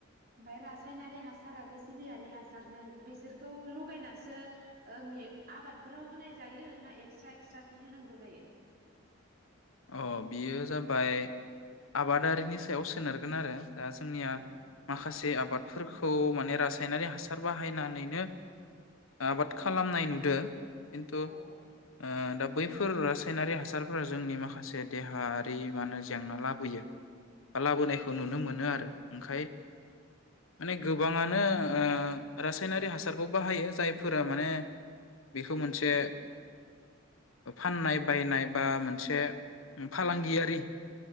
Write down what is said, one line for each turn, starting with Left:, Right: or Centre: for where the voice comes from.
Right: ओमफाय रासायनारि हासार आरो जिबियारि हासारजों बिसोरखौ लगायनासो ओ मे आबादफोराव होनाय जायो ना एक्सट्रा एक्सट्रा खे होनांगौ जायो?
Left: अ बियो जाबाय आबादारिनि सायाव सोनारगोन आरो। दा जोंनिया
Right: औ
Left: माखासे आ बादफोरखौ माने रा सायनारि हासार बाहायनानै नो आबाद
Right: औ
Left: खालामनाय नुदो। खिन्थु
Right: औ
Left: ओ दा बैफोर रासायनारि हासारफोरा जोंनि मा खासे देहाआरि मा ओनो जेंना लाबोयो। लाबोनायखौ नुनो मोनो आरो । ओंखाय माने गोबाङानो ओ रासायनारि हासारखौ बाहायो, जायफोरा माने बेखौ मोनसे ओ फाननाय बायनाय बा मोनसे उम फालांगियारि